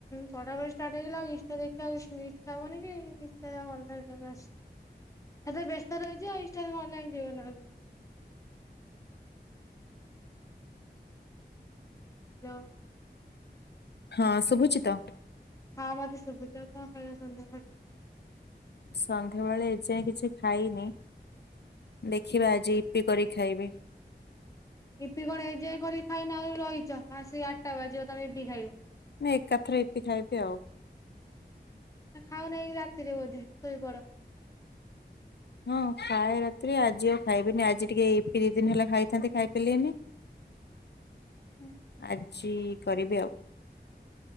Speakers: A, on the left; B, on the left.
A: ପଢା ପଢି ଷ୍ଟାର୍ଟ ହେଇଗଲେ ଆଉ ଇନଷ୍ଟା ଦେଖିବାକୁ ଇଚ୍ଛା ହବନି କି ଇନଷ୍ଟା ରେ ଆଉ ଅନଲାଇନ ରହି ଆସି ସେତେବେଳେ ତ ବ୍ୟସ୍ତ ରହିଯିବ ଆଉ ଇନଷ୍ଟା କଣ ଅନଲାଇନ ଯିବା ନା କଣ। ହ୍ୟାଲୋ।
B: ହଁ ଶୁଭୁଛି ତ?
A: ହଁ ମତେ ସୁଭୁଛି ଆଉ କଣ ଖାଇବା ସନ୍ଧ୍ୟା ବେଳେ?
B: ସନ୍ଧ୍ୟା ବେଳେ ଏ ଯାଇଁ କିଛି ଖାଇନି ଦେଖିବା ଆଜି ୟିପ୍ପି କରିକି ଖାଇବି।
A: <inaudible> ଏ ଯେ କରିକି ଖାଇନା ଆଉ ରହିଛ ଆସିକି ଆଠଟା ବାଜିବ ତମେ ବିି ଖାଇବ।
B: ନାଇଁ ଏକାଥରେ ଏଇପି ଖାଇବି ଆଉ।
A: ଖାଉ ନାହିଁ କି ରାତିରେ ବୋଧେ ଶୋଇପଡ?
B: ହଁ ଖାଏ ରାତିରେ ଆଜି ଆଉ ଖାଇବିନି ଆଜି ଟିକେ ଇପି ଦିନ ହେଲା ଖାଇଥାନ୍ତି ଖାଇ ପାରିଲିନି।
A: ହୁଁ ଇପି
B: ଆଜି କରିବି ଆଉ।